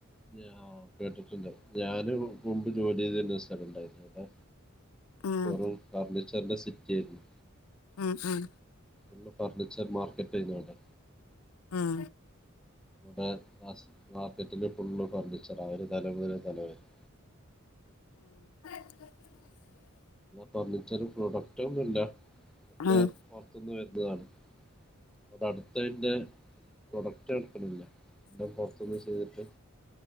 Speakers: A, in the centre; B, on the left.
A: ഞ ഓ കേട്ടിട്ട്ണ്ട് ഞാനു മുമ്പ് ജോലി ചെയ്തിരുന്നൊരു സ്ഥലംണ്ടായ്രുന്നുട്ടാ
B: ഉം
A: പെറും ഫർണിച്ചർന്റെ സിറ്റിആയിരുന്നു.
B: ഉം ഉം
A: ഫുള്ള് ഫർണിച്ചർ മാർക്കറ്റആയിരുന്നു അവിടെ
B: ഉം
A: ആ അസ് മാർക്കറ്റില്ഫുള്ളും ഫുർണിച്ചറാ ഒരു തല ഇങ്ങനെ തല വരെ.
B: സു
A: ഫർണിച്ചറും പ്രോഡക്റ്റൊന്നുല്ല ഒക്കെ
B: ഉം ഉം
A: പൊറത്ത്ന്ന് വരുന്നതാണ്. അവടെ അടുത്തയ്ന്റെ പ്രൊഡക്റ്റെടുക്കലില്ല ഒക്കെ പൊറ്ത്ത്ന്ന് ചെയ്തിട്ട്